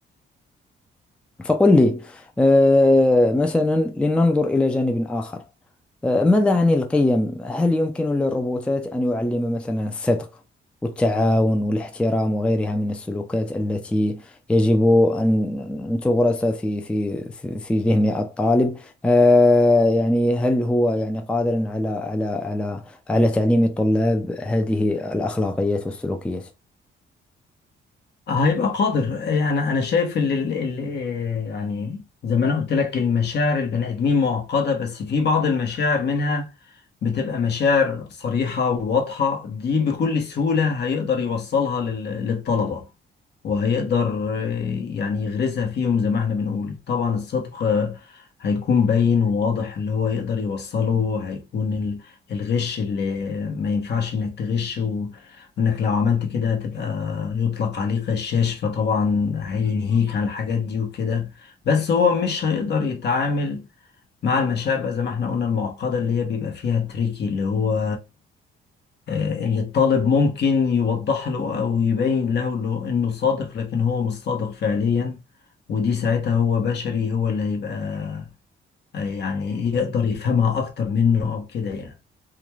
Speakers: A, in the centre; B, on the left.
A: فقل لي آه، مثلا لننظر إلى جانب آخر آه، ماذا عن القيم؟ هل يمكن للروبوتات أن يعلم مثلا الصدق والتعاون والاحترام وغيرها من السلوكات التي يجب أن أن تغرس في في في في ذهن الطالب؟ آه، يعني هل هو يعني قادر على على على على تعليم الطلاب هذه الأخلاقيات والسلوكيات؟
B: هيبقى قادر يعني انا شايف ال ال ال يعني زي ما انا قلت لك المشاعر البني ادمين معقده بس في بعض المشاعر منها بتبقى مشاعر صريحة وواضحة دي بكل سهولة هيقدر يوصلها لل- للطلبة وهيقدر آه، يعني يغرسها فيهم زي ما احنا بنقول طبعا الصدق آه، هيكون باين وواضح اللي هو يقدر يوصله هيكون ال- الغش اللي ما ينفعش انك تغش و- وانك لو عملت كده هتبقى يطلق عليك غشاش فطبعا هينهيك عن الحاجات دي وكده بس هو مش هيقدر يتعامل مع المشاعر بقى زي ما احنا قلنا المعقدة اللي هي بيبقى فيها تريكي اللي هو آه، اللي الطالب ممكن يوضح له أو يبين له اللي- إنه صادق لكن هو مش صادق فعليا ودي ساعتها هو بشري هو اللي هيبقى آه، يعني يقدر يفهمها أكتر منه أو كده يعني